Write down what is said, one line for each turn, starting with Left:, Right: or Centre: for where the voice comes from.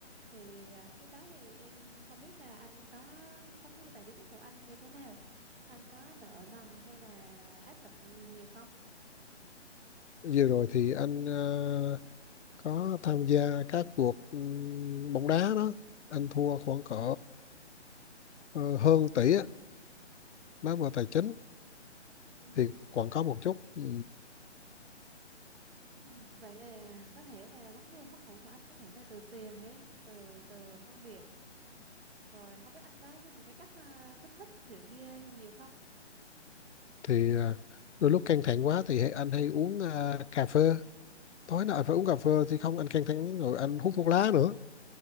Right: thì à, trước đó thì em không biết là anh có vấn đề tài chính của anh như thế nào anh có nợ nần hay là áp lực gì nhiều không?
Left: vừa rồi thì anh ờ, có tham gia các cuộc ừm, bóng đá đó anh thua khoảng cỡ ờ, hơn tỷ á nói về tài chính
Right: Ừ.
Left: thì còn có một chút ừ.
Right: Ừ, vậy là có thể là vấn đề mất ngủ của anh có thể là từ tiền hay từ từ công việc. Rồi không biết anh có dùng cái cách à, kích thích rượu bia gì nhiều không?
Left: thì à, đôi lúc căng thẳng quá thì hay- anh hay uống à, cà phê tối nào
Right: Ừ.
Left: anh phải uống cà phê thì không anh căng thẳng rồi anh hút thuốc lá nữa